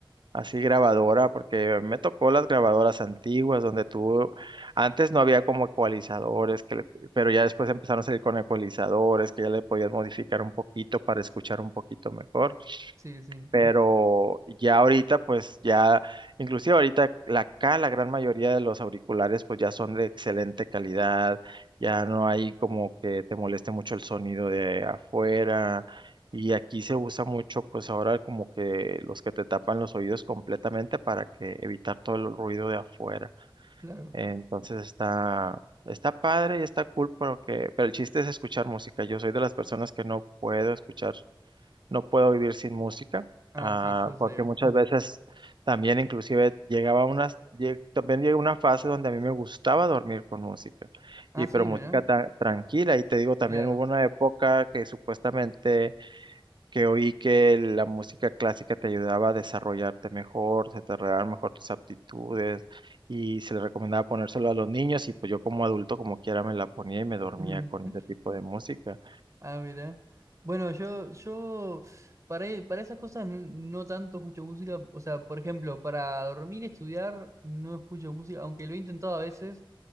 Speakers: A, on the right (about 60°); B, on the right (about 35°).
A: así grabadora, porque me tocó las grabadoras antiguas donde tú, antes no había como ecualizadores, que le- pero ya después empezaron a salir con ecualizadores que ya le podías modificar un poquito para escuchar un poquito mejor
B: Sí, sí,
A: pero ya ahorita, pues ya, inclusive ahorita la, acá la gran mayoría de los auriculares pues ya son de excelente calidad, ya no hay como que te moleste mucho el sonido de afuera y aquí se usa mucho pues ahora como que los que te tapan los oídos completamente para que evitar todo el ruido de afuera.
B: claro.
A: Entonces está... Está padre y está cool, pero que, pero el chiste es escuchar música. Yo soy de las personas que no puedo escuchar no puedo vivir sin música,
B: Ah,
A: ah,
B: sí, yo sé.
A: porque muchas veces también inclusive llegaba a unas, lle- también llegó una fase donde a mí me gustaba dormir con música,
B: Ah,
A: y
B: sí,
A: pero música
B: mira,
A: ta- tranquila, y te digo, también
B: claro.
A: hubo una época que supuestamente que oí que la música clásica te ayudaba a desarrollarte mejor, se te arreglaban mejor tus aptitudes, y se le recomendaba ponérselo a los niños, y pues yo como adulto, como quiera, me la ponía y me dormía
B: <laughs>
A: con ese tipo de música.
B: Ah, mira. Bueno, yo, yo para, e- para esas cosas no, no tanto escucho música. O sea, por ejemplo, para dormir y estudiar no escucho música, aunque lo he intentado a veces.